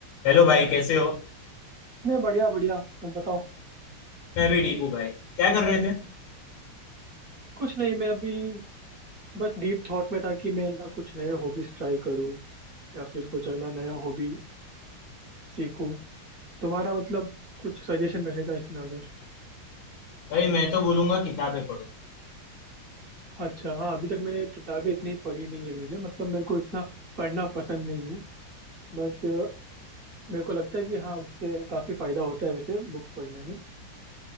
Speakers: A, on the left (about 80°); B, on the right (about 55°).
A: हेलो भाई कैसे हो
B: मैं बढ़िया बढ़िया तुम बताओ
A: मैं भी ठीक हूँ भाई क्या कर रहे थे
B: कुछ नहीं मैं अभी बस डीप थॉट में था कि मैं ना कुछ नए हॉबीज ट्राई करूँ या फिर कुछ है ना नया हॉबी सीखूं तुम्हारा मतलब कुछ सजेशन रहेगा इसमें अगर
A: भाई मैं तो बोलूंगा किताबें पढ़ो
B: अच्छा हाँ अभी तक मैंने किताबें इतनी पढ़ी नहीं है मैंने मतलब मेरे को इतना पढ़ना पसंद नहीं है बट मेरे को लगता है कि हाँ उससे काफी फायदा होता है वैसे बुक्स पढ़ने में